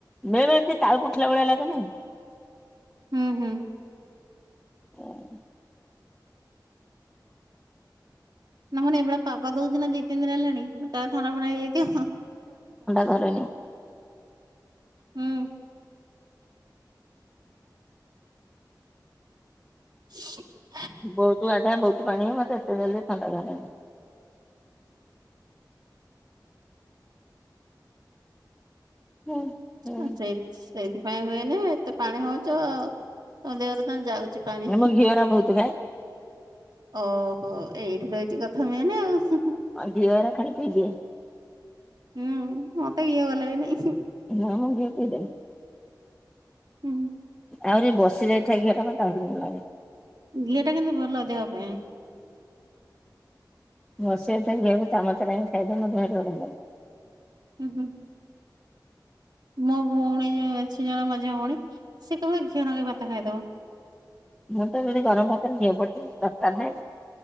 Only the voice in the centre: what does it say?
ବେଳେ ଟିକେ ତାଳୁକୁ ଉଠିଲା ଭଳିଆ ଲାଗେ ନାଇଁ।
<inaudible>
କରିନି।
ବହୁତ ଆଡେ ବହୁତ ପାଣି ମତେ <unintelligible> ହୁଁ। ହୁଁ
ଆମ ଘିଅରା ବହୁତ ଖାଏ
ଅ ଘିଅରା ଖାଲି ପିଇ ଦିଏ।
ହଁ ମୁଁ ଘିଅ ପିଇ ଦେମି।
ଆହୂରି ବସି ଯାଇଥାଏ ଘିଅ ଟା ମତେ ଆହୁରି ଭଲ ଲାଗେ।
ବସି ଯାଇଥିବା ଘିଅକୁ ଚାମଚରେ ଆଣି ଖାଇବାକୁ ମତେ ଭରି ବଢ଼ିଆ ଲାଗେ।
ମୁଁ ତ ଯଦି ଗରମ ଭାତରେ ଘିଅ ପଡିଚି ଦରକାର ନାଇଁ।